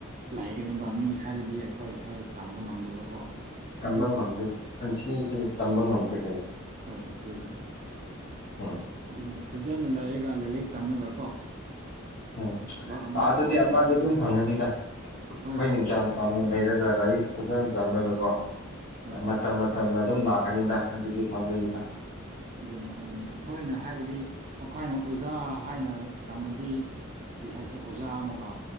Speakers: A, on the right (about 35°); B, on the left (about 45°).
A: ꯂꯩꯒꯅꯤꯕ ꯃꯤ ꯍꯥꯏꯕꯗꯤ ꯑꯩꯈꯣꯏ ꯍꯥꯏꯕꯗꯤ ꯇꯝꯕ ꯉꯝꯗꯦꯕꯀꯣ
B: ꯇꯝꯕ
A: ꯑꯗꯨ
B: ꯉꯝꯗꯦ ꯄꯨꯟꯁꯤꯁꯦ ꯇꯝꯕ ꯉꯝꯗꯦ ꯀꯩꯅꯣ
A: ꯍꯣꯏ ꯑꯗꯨꯅꯦ
B: ꯎꯝ
A: ꯑꯗꯨꯅꯦ ꯐꯖꯅ ꯂꯩꯔꯒ ꯂꯥꯏꯔꯤꯛ ꯇꯝꯃꯒ ꯀꯣ
B: ꯎꯝ
A: ꯊꯕꯛ ꯑꯃ
B: ꯑꯗꯨꯗꯤ
A: ꯇꯧꯔꯗꯤ
B: ꯑꯃꯗꯤꯗꯤ ꯑꯗꯨꯝ ꯐꯪꯒꯅꯤꯗ
A: ꯍꯣꯏ
B: ꯍꯣꯏꯅ
A: ꯍꯣꯏ
B: ꯀ꯭ꯌꯥꯟ ꯄꯥꯝ ꯂꯩꯔꯒ ꯂꯥꯏꯔꯤꯛ ꯐꯖꯅ ꯇꯝꯃꯒꯀꯣ
A: ꯍꯣꯏ
B: ꯃꯇꯝ ꯃꯇꯝꯅ ꯑꯗꯨꯝ ꯂꯥꯛ ꯀꯅꯤꯗ ꯑꯗꯨꯗꯤ ꯊꯥꯖꯩꯌꯦꯗ
A: ꯑꯗꯨꯅꯤ ꯑꯗꯨꯅꯤ ꯑꯩꯈꯣꯏꯅ ꯍꯥꯏꯕꯗꯤ ꯑꯩꯈꯣꯏꯅ ꯑꯣꯖꯥ ꯍꯥꯏꯅ ꯇꯝꯃꯗꯤ ꯀꯩ ꯍꯥꯏꯁꯤꯅꯦ ꯑꯣꯖꯥ ꯑꯃꯒ